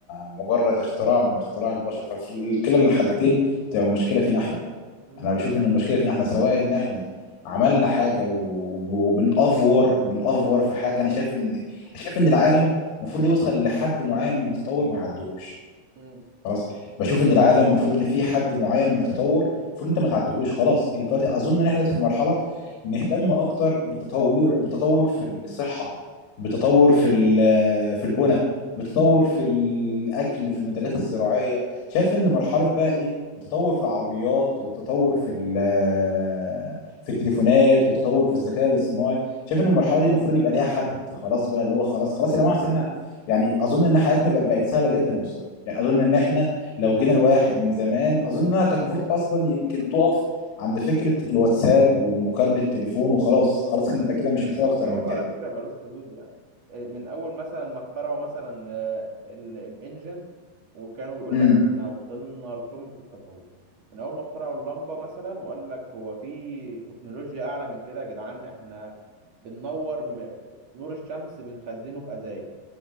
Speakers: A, on the left (about 80°); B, on the right (about 50°).
A: مجرد اختراع من اختراع البشر ففي كلا الحالتين تبقى المشكلة فينا احنا
B: مم.
A: انا بشوف ان المشكلة فينا احنا سواء ان احنا عملنا حاجة وب- وبنأفور بنأفور في حاجة انا شايف ان شايف ان العالم المفروض يوصل لحد معين من التطور ما يعدهوش
B: مم.
A: خلاص بشوف ان العالم المفروض ان في حد معين من التطور المفروض انت ما تعدهوش خلاص انت دلوقتي اظن ان احنا دلوقتي في مرحله نهتم اكتر بالتطور بالتطور في الصحه بالتطور في ال- في البنى بالتطور في الاكل في المنتجات الزراعيه شايف ان مرحله بقى ايه التطور في العربيات والتطور في ال- في التليفونات والتطور في الذكاء الاصطناعي شايف ان المرحله دي المفروض يبقى ليها حد خلاص بقى اللي هو خلاص خلاص يا جماعه أصل احنا يعني اظن ان حياتنا بقت بقت سهله جدا يا مصطفى يعني اظن ان احنا لو جينا لواحد من زمان
B: مم.
A: اظن انها كانت المفروض اصلا يمكن تقف عند فكره الواتساب ومكالمه التليفون وخلاص خلاص انت كده مش محتاج
B: التطور
A: اكتر من كده
B: على فكرة ملوش حدود يعني آه، من أول مثلا ما اخترعوا مثلا آه، ال- الإنجن وكانوا بيقول
A: امم
B: لك إحنا وصلنا لقمة التطور من أول ما اخترعوا اللمبة مثلا وقال لك هو في تكنولوجيا أعلى من كده يا جدعان إحنا بننور م- نور الشمس بنخزنه في أزايز